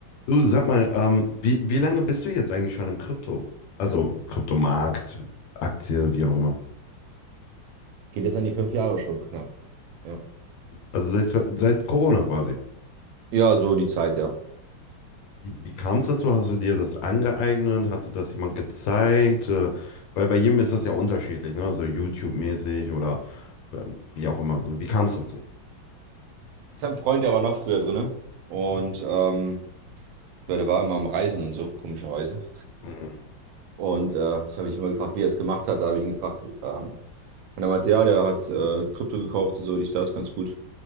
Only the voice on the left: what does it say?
Du, sag mal, ähm, wie, wie lange bist du jetzt eigentlich schon im Krypto? Also im Kryptomarkt, Aktie, wie auch immer.
Also seit, seit Corona quasi.
Wie, wie kam es dazu? Hast du dir das angeeignet? Hat dir das jemand gezeigt? Äh, Weil bei jedem ist das ja unterschiedlich, ne? So YouTube-mäßig oder äh, wie auch immer. So, wie kam es dazu?
Mhm.